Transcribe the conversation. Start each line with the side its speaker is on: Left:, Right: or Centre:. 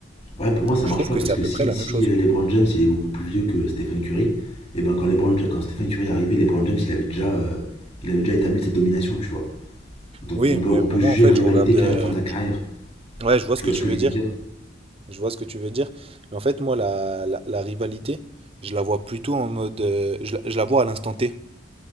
Left: Ouais, pour moi, ça
Right: Je
Left: marche
Right: trouve
Left: pas
Right: que
Left: parce
Right: c'est
Left: que
Right: à peu
Left: si,
Right: près la
Left: si
Right: même chose.
Left: euh, LeBron James il est beaucoup plus vieux que Stephen Curry, et ben quand LeBron, Ja- quand Stephen Curry est arrivé, LeBron James il avait déjà, euh, il avait déjà établi sa domination, tu vois. Donc
Right: Oui,
Left: on peut,
Right: mais
Left: on
Right: pour
Left: peut juger
Right: moi, en fait,
Left: une rivalité
Right: je regarde.
Left: qu'à
Right: euh,
Left: la fin de la carrière.
Right: je- Ouais, je vois
Left: Tu
Right: ce que
Left: vois
Right: tu
Left: ce que
Right: veux
Left: je
Right: dire.
Left: veux dire?
Right: Je vois ce que tu veux dire. Mais en fait, moi, la, la- la rivalité, je la vois plutôt en mode. euh, je, la, je la vois à l'instant T.